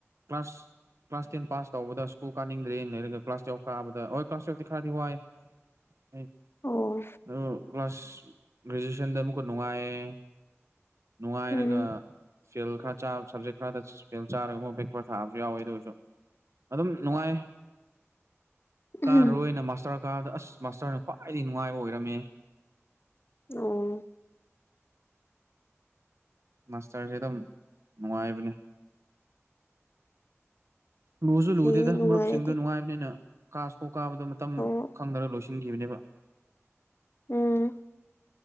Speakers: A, on the right (about 65°); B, on the left (about 50°).
A: ꯀ꯭ꯂꯥꯁ ꯀ꯭ꯂꯥꯁ ꯇꯦꯟ ꯄꯥꯁ ꯇꯧꯕꯗ ꯁ꯭ꯀꯨꯜ ꯀꯥꯅꯤꯡꯗ꯭ꯔꯦ ꯂꯩꯔꯒ ꯀ꯭ꯂꯥꯁ ꯇꯨꯌꯦꯜꯞ ꯀꯥꯕꯗ ꯍꯣꯏ ꯀ꯭ꯂꯥꯁ ꯇꯨꯌꯦꯜꯤ ꯈꯔꯗꯤ ꯋꯥꯏ <inaudible>
B: ꯑꯣ
A: ꯑꯗꯨ ꯀ꯭ꯂꯥꯁ ꯒ꯭ꯔꯦꯖꯨꯋꯦꯁꯟꯗ ꯑꯃꯨꯛꯀ ꯅꯨꯡꯉꯥꯏ ꯅꯨꯡꯉꯥꯏꯔꯒ
B: ꯎꯝ
A: ꯐꯦꯜ ꯈꯔ ꯆꯥꯕ ꯁꯕꯖꯦꯛ ꯈꯔꯗ ꯐꯦꯜ ꯆꯥꯔꯒ ꯑꯃ ꯕꯦꯛ ꯄꯦꯄꯔ ꯊꯥꯕꯁꯨ ꯌꯥꯎꯋꯦ ꯑꯗꯨ ꯑꯣꯏꯁꯨ ꯑꯗꯨꯝ ꯅꯨꯡꯉꯥꯏ
B: ꯎꯝ
A: ꯀꯥꯔꯔꯣꯏꯅ ꯃꯥꯁꯇꯔ ꯀꯥꯗ ꯑꯁ ꯃꯥꯁꯇꯔꯅ ꯈ꯭ꯋꯥꯏꯗꯩ ꯅꯨꯡꯉꯥꯏꯕ ꯑꯣꯏꯔꯝꯃꯦ
B: ꯑꯣ
A: ꯃꯥꯁꯇꯔꯁꯦ ꯑꯗꯨꯝ ꯅꯨꯡꯉꯥꯏꯕꯅꯦ ꯂꯨꯁꯨ ꯂꯨꯗꯦꯗ
B: ꯁꯤꯗꯤ ꯅꯨꯡꯉꯥꯏꯔꯗꯤ
A: ꯃꯔꯨꯞꯁꯤꯡꯗꯨ ꯅꯨꯡꯉꯥꯏꯕꯅꯤꯅ ꯀꯥꯁꯐꯧ ꯀꯥꯕꯗ ꯃꯇꯝ
B: ꯑꯣ
A: ꯈꯪꯗꯔꯒ ꯂꯣꯏ ꯈꯤꯕꯅꯦꯕ
B: ꯎꯝ